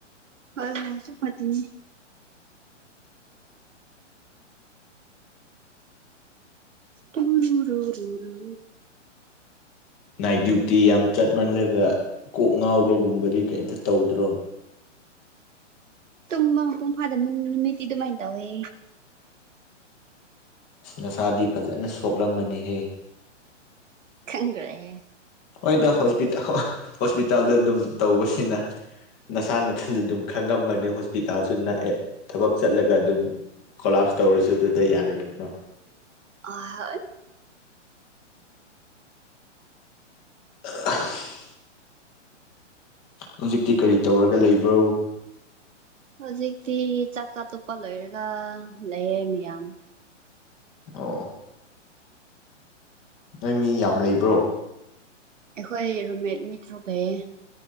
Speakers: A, on the right; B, in the centre.
A: ꯍꯣꯏ ꯍꯋꯥꯏꯁꯨ ꯄ꯭ꯔꯣꯇꯤꯟꯅꯤ ꯇꯨꯔꯨ ꯔꯨꯔꯨ ꯔꯨ
B: ꯅꯥꯏꯠ ꯗ꯭ꯌꯨꯇꯤ ꯌꯥꯝ ꯆꯠꯃꯜꯂꯒ ꯀꯣꯛ ꯉꯥꯎꯕꯒꯨꯝꯕꯗꯤ ꯀꯩꯝꯇ ꯇꯧꯗ꯭ꯔꯣ
A: ꯇꯨꯝꯕ ꯃꯄꯨꯡ ꯐꯥꯗꯕ ꯅꯨꯃꯤꯠꯇꯤ ꯑꯗꯨꯃꯥꯏꯅ ꯇꯧꯋꯦ
B: ꯑꯁ ꯅꯁꯥꯗꯤ ꯐꯖꯅ ꯁꯣꯛꯂꯝꯕꯅꯤꯍꯦ
A: ꯈꯪꯗ꯭ꯔꯦꯌꯦ
B: ꯍꯣꯏꯗ ꯍꯣꯁꯄꯤꯇ ꯍꯣꯁꯄꯤꯇꯥꯜꯗ ꯑꯗꯨꯝ ꯇꯧꯕꯁꯤꯅ ꯅꯁꯥ ꯅꯥꯊꯟꯗ ꯑꯗꯨꯝ ꯈꯪꯉꯝꯕꯅꯤ ꯍꯣꯁꯄꯤꯇꯥꯜꯁꯨ ꯅꯛꯑꯦ ꯊꯕꯛ ꯆꯠꯂꯒ ꯑꯗꯨꯝ ꯀꯣꯂꯥꯞꯁ ꯇꯧꯔꯁꯨ ꯑꯗꯨꯗ ꯌꯥꯔꯦ ꯀꯩꯅꯣ
A: ꯑꯥ
B: <inaudible> ꯍꯧꯖꯤꯛꯇꯤ ꯀꯔꯤ ꯇꯧꯔꯒ ꯂꯩꯕ꯭ꯔꯣ
A: ꯍꯧꯖꯤꯛꯇꯤ ꯆꯥꯛ ꯆꯥ ꯇꯣꯛꯄ ꯂꯣꯏꯔꯒ ꯂꯩꯌꯦ ꯃꯌꯥꯝ
B: ꯑꯣ ꯅꯣꯏ ꯃꯤ ꯌꯥꯝ ꯂꯩꯕ꯭ꯔꯣ
A: ꯑꯩꯈꯣꯏ ꯔꯨꯝꯃꯦꯠ ꯃꯤꯇ꯭ꯔꯨꯛ ꯄꯩꯏ